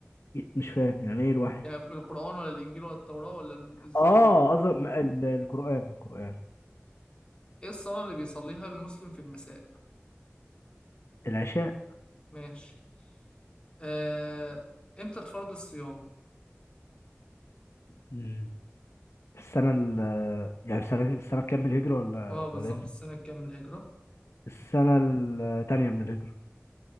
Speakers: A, on the left; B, on the left.
A: مش فاهم يعني إيه الوحي
B: يعني القرآن ولا الإنجيل ولا التوراة ولا الزبور
A: اه أظن ال- القرآن القرآن
B: إيه الصلاة اللي بيصليها المسلم في المساء
A: العشاء
B: ماشي آه... إمتى اتفرض الصيام
A: مم. السنة ال يعني السنة السنة كام الهجرة ولا
B: اه بالظبط
A: ولا امتى؟
B: السنة كام من الهجرة
A: السنة التانية من الهجرة